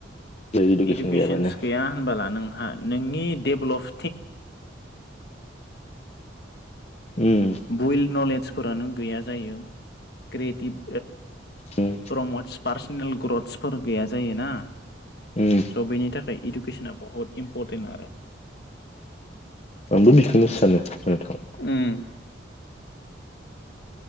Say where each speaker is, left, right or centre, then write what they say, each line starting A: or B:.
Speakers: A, on the left (about 35°); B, on the left (about 55°).
A: इडुकेसन
B: इडुकेसन्स
A: गैयाबानो
B: गैया होनबोला नों नोंनि डेभलप
A: उम
B: बइल्ड नलेजफोरानो गैया जायो क्रियेटिभ
A: उम
B: प्रमदस पार्सनेल ग्रथसफोर गैया जायोना
A: उम
B: स' इडुकेसनाआ बहुत इमपर्टेनआ
A: आंबो बेखौनो सानो नोंथां
B: ओम